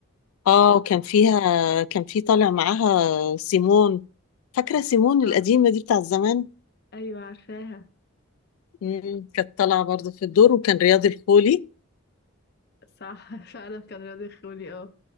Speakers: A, on the left (about 80°); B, on the left (about 50°).
A: اه وكان فيها كان في طالع معاها سيمون فاكرة سيمون
B: صح
A: القديمة دي بتاع زمان
B: ايوه عارفاها
A: مم. كانت طالعة برضو في الدور وكان رياض الخولي
B: صح <laughs> فعلا كان رياض الخولي اه